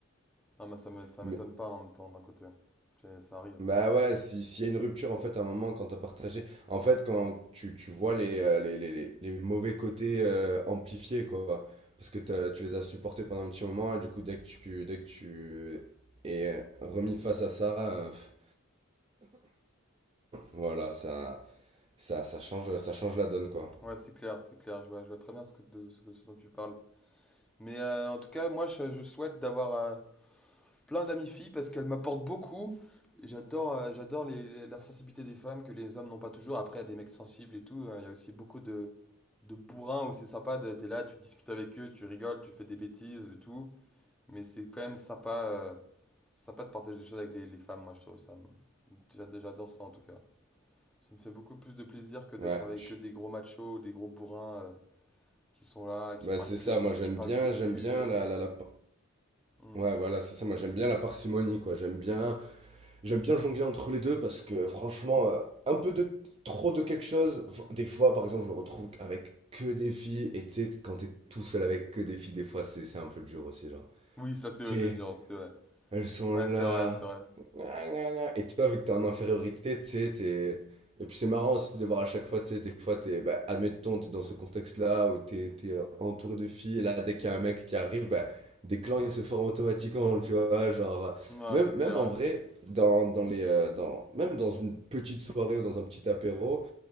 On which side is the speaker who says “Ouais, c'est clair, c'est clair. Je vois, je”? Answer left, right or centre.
Centre